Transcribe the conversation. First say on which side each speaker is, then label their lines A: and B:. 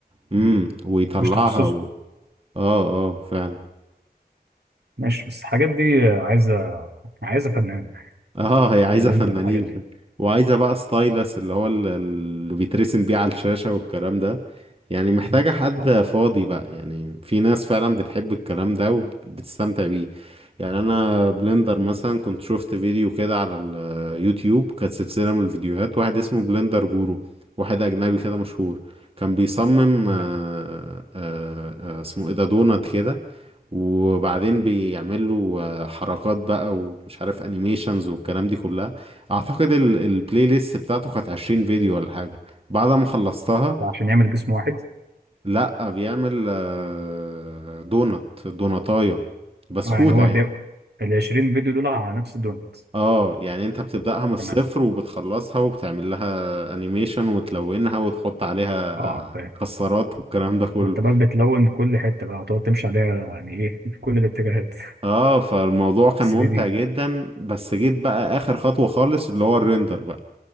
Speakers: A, on the right; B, on the right.
A: امم
B: مم.
A: ويطلعها
B: مش تخصصه
A: و... اه اه فعلا
B: ماشي بس الحاجات دي آه، عايزه عايزه فنان
A: اه هي عايزة
B: بلندر
A: فنانين
B: الحاجات دي
A: ف- وعايزة بقى ستايلس اللي هو ال- اللي بيترسم بيه على الشاشة والكلام ده يعني محتاجة
B: مم.
A: حد
B: صح
A: فاضي بقى يعني في ناس فعلا بتحب الكلام ده وبتستمتع بيه يعني انا بلندر
B: حلو.
A: مثلا كنت شفت فيديو كده على اليوتيوب كانت سلسلة من الفيديوهات واحد اسمه بلندر جورو واحد اجنبي كده مشهور كان بيصمم
B: تمام
A: آه، آه، آه، اسمه ايه ده دونات كده وبعدين بيعملوا آه، حركات بقى ومش عارف انيميشنز والكلام دي كلها اعتقد ال- البلاي ليست بتاعته كانت 20 فيديو ولا حاجة بعد ما خلصتها
B: ده عشان يعمل جسم واحد
A: لا بيعمل آه، دونت دونتاية بسكوتة
B: اه يعني هو
A: يعني
B: بيبقى ال 20 فيديو دول على نفس الدونت
A: اه يعني انت بتبدأها من الصفر
B: تمام
A: وبتخلصها وبتعمل لها انيميشن وتلونها وتحط عليها
B: اه
A: آه،
B: فاهم
A: مكسرات والكلام ده كله
B: وانت بقى بتلون كل حته بقى هتقعد تمشي عليها يعني ايه في كل الاتجاهات
A: اه فالموضوع كان
B: 3
A: ممتع
B: دي
A: جدا بس جيت بقى اخر خطوة خالص اللي هو الريندر